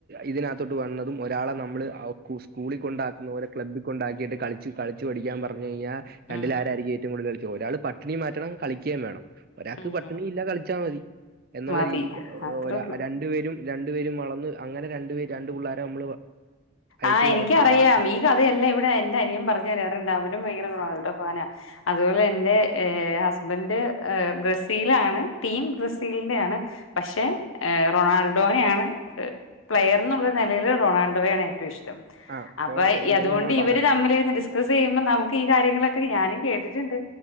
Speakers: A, on the right; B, on the left.
A: ഇതിനകത്തോട്ട് വന്നതും ഒരാളെ നമ്മള്അവ്ക് സ്കൂളിൽ കൊണ്ടാക്കുന്നതൊക്കെ ക്ലബ്ബ് കൊണ്ടാക്കിട്ട് കളിച്ച് കളിച്ച് പഠിക്കാൻ വ അതിനെ പറഞ്ഞ് കഴിഞ്ഞാ രണ്ടില
B: ഉം
A: നയ്യരണ്ടിആരായിരിക്കും ഏറ്റവും കൂടുതൽ കളിച്ചത് ഒരാൾ പാർട്ടി മാറ്റണം കളിക്കേയും വേണം ഒരാക്ക്
B: ഉം
A: പട്ടിണി ഇല്ല കളിച്ചാ മതി എന്നുള്ള
B: മതി
A: രീതിക്ക്
B: അത്രേ
A: ഒരരണ്ട്
B: ഉള്ളൂ
A: പേര് രണ്ടു പേരും വളർന്ന് അങ്ങനെ രണ്ടു പേര് രണ്ട് പിള്ളേരെ നമ്മള് അയച്ച്
B: ആഹ് എനിക്ക
A: വളർത്തി
B: അറിയാം
A: വളർത്തി
B: ഈ കഥയല്ല ഇവിടെ എന്റെ അനിയും പറഞ്ഞു തരാറുണ്ട് അവനും ഭയങ്കര റൊണാൾഡോ ഫാനാ അതുപോലെ എൻന്റെ ഹസ്ബൻഡ് ബ്രസീലാണ് ടീം ബ്രസീലിന്റെ ആണ് പക്ഷെ റൊണാൾഡോനെയാണ് പ്ലയർ എന്ന്നുള്ള നിലയിൽ റൊണാൾഡോയാണ് ഏറ്റവും ഇഷ്ടം
A: ആ
B: അപ്പൊ
A: അതന്നെയല്ല
B: അതുകൊണ്ട്
A: ഞാൻ
B: ഇവര്
A: പറ
B: തമ്മില്ലായിരുന്നു <unintelligible> <unintelligible> ചെയ്യുമ്പോം നമുക്ക് ഈ കാര്യങ്ങളൊക്കെ ഞാനും കേട്ടിട്ടുണ്ട്